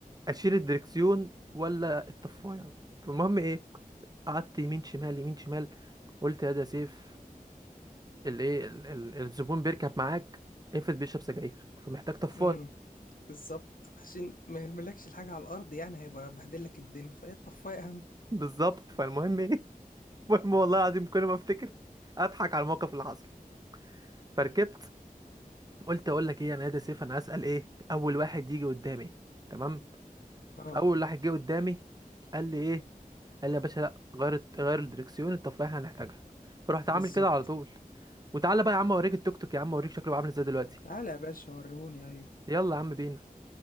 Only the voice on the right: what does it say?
اشيل الدركسيون ولا الطفاية فالمهم ايه قعدت يمين شمال يمين شمال قلت يا ده يا سيف الايه ال- ال- الزبون بيركب معاك افرض بيشرب سجاير فمحتاج طفاية
بالظبط فالمهم ايه <laughs> المهم والله العظيم كل ما افتكر اضحك على الموقف اللي حصل فركبت قلت اقول لك ايه انا يا ده سيف انا هسأل ايه اول واحد يجي قدامي تمام
فاول واحد جه قدامي قال لي ايه قال لي يا باشا لا غير غير الدركسيون التفاحه هنحتاجها فرحت عامل
كده على طول وتعالى بقى يا عم اوريك التوك توك يا عم اوريك شكله عامل ازاي دلوقتي
يلا يا عم بينا